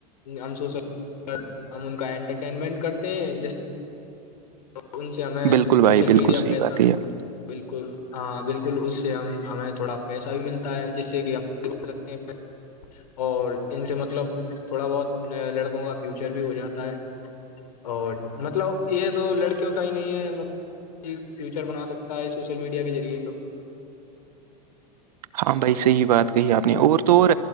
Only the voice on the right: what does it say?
بالکل بھائی
بالکل
صحیح
بات کہی آپ
ہاں بھائی صحیح بات کہی آپ نے اور تو اور